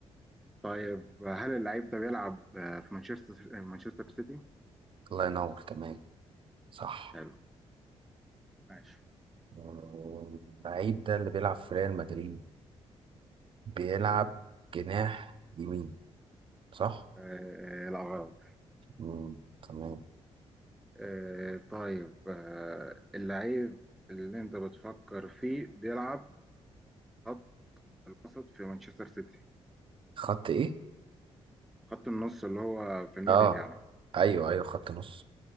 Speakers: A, in the centre; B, on the right.
A: طيب هل اللعيب ده بيلعب آه، في مانشستر مانشستر سيتي؟
B: الله ينور تمام صح
A: حلو ماشي
B: آه، اللعيب ده اللي بيلعب في ريال مدريد بيلعب جناح يمين صح
A: آه، لا غلط
B: مم. تمام
A: آه، طيب آه، اللعيب اللي انت بتفكر فيه بيلعب خط الوسط في مانشستر سيتي
B: خط ايه
A: خط النص اللي هو في الميدل
B: اه
A: يعني
B: ايوه ايوه خط نص